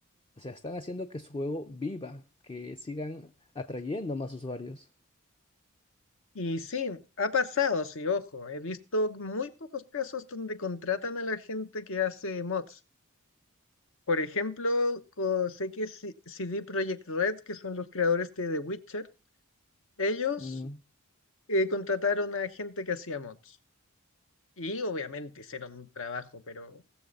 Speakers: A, on the left (about 25°); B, on the left (about 60°).
A: O sea, están haciendo que su juego viva, que sigan atrayendo más usuarios.
B: Y sí, ha pasado, sí, ojo, he visto muy pocos casos donde contratan a la gente que hace mods. Por ejemplo, co- sé que C- CD Projekt Red, que son los creadores de The Witcher, ellos
A: Mm,
B: eh, contrataron a gente que hacía mods. Y obviamente hicieron un trabajo, pero